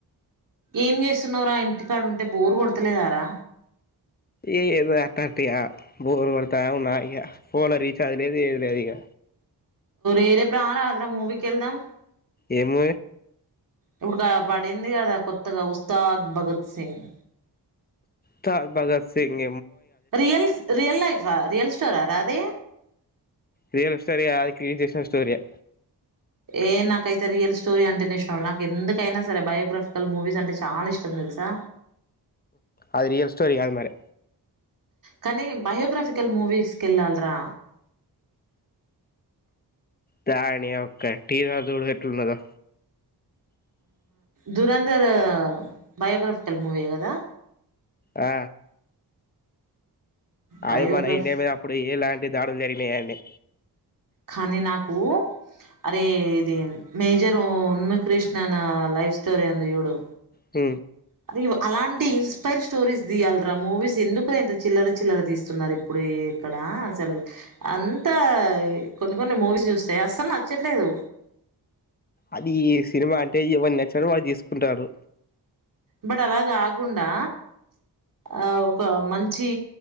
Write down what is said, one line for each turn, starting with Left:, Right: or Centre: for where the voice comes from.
Right: ఏం చేస్తున్నార ఆ ఇంటి కార్డు ఉంటే బోరు కొడతలేదారా
Left: ఏ ఏదో అట్టట్క బోర్ పడతావున్నా ఇక ఫోన్ లో రీచార్జ్ లేదు ఏది లేదు ఇక
Right: ేరే ప్ర ఆ రాదరా మూవికెళ్దాం
Left: ఏమ
Right: ఇప్పుడు పడింది కదా కొత్తగా ఉస్తాద్ భగత్ సింగ్
Left: చ బగా సింగ
Right: రియల్ రియల్ లైఫా రియల్ స్టోరా రాదే
Left: రియల్ స్టోర అది క చేసిన స్టోరియా
Right: ఏ నాకైతే రియల్ స్టోరీ అంటేనే ఇష్టం నాకు ఎందుకైనా సరే బయో్రాఫికల్ మూవీస్ అంటే చాలా ఇష్టం తెలుసా
Left: అది రియల్ స్టోరి కాదు మరి
Right: కానీ బయోగ్రాఫికల్ మూవీస్కెళ్ళాలరా
Left: దాణి ఒక్క టీనా చూడుట్న్నదా
Right: దురంధర్ బయోగ్రఫికల్ మూవీయ కదా
Left: ఆ
Right: బయోగ్రఫ్
Left: అవి మన ఇండియా మీద అప్పుడు ఎలాంటి దాడులు జరిగినాయడి
Right: కని నాకు అరే ఇది మేజరు ఉన్మి కృష్ణన లైఫ్ స్టోరి అంది యూడు
Left: హ
Right: అది అలాంటి ఇన్స్పైర్ స్టోరీస్ తీియాలిరా మూవీస్ ఎందుకు ఇంత చిల్లర చిల్లర తీస్తున్నారు ఇప్పుడు ఇక్కడ అసలు అంతా కొన్ని కొన్ని మూవీ చూస్తాయి అస్సలు నచ్చట్లేదు
Left: అది సినిమా అంటే ఎవని నచ్చిన వాళ్ళు తీసుకుంటారు
Right: బట్ అలా కాకుండా ఆ ఒక మంచి